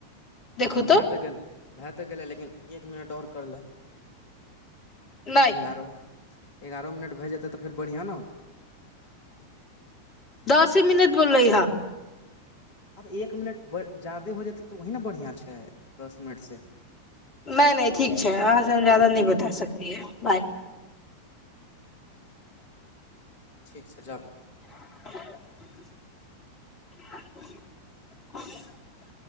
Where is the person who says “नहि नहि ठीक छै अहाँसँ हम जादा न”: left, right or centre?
Left